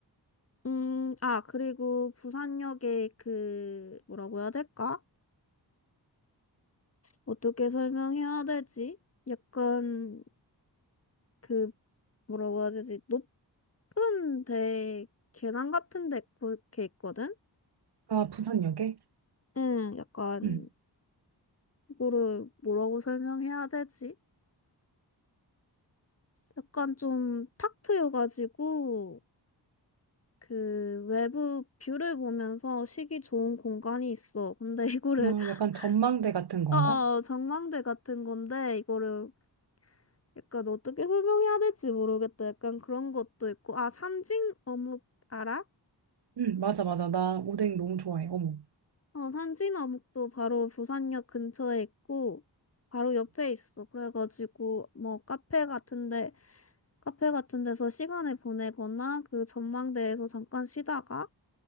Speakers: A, on the left; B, on the right.
A: 음, 아, 그리고 부산역에 그, 뭐라고 해야 될까? 어떻게 설명해야 될지? 약간 그, 뭐라고 해야 되지? 높은 데, 계단 같은 데 그렇게 있거든?
B: 아, 부산역에?
A: 응, 약간,
B: 음.
A: 이거를 뭐라고 설명해야 되지? 약간 좀 탁 트여가지고 그 외부 뷰를 보면서 쉬기 좋은 공간이 있어. 근데 이거를
B: 어,
A: <laughs>
B: 약간 전망대 같은 건가?
A: 아 전망대 같은 건데 이거를 약간 어떻게 설명해야 될지 모르겠다. 약간 그런 것도 있고 아 산진 어묵 알아?
B: 음, 맞아, 맞아. 나 오뎅 너무 좋아해. 어머.
A: 어 산진 어묵도 바로 부산역 근처에 있고 바로 옆에 있어. 그래가지고 뭐 카페 같은데 카페 같은 데서 시간을 보내거나 그 전망대에서 잠깐 쉬다가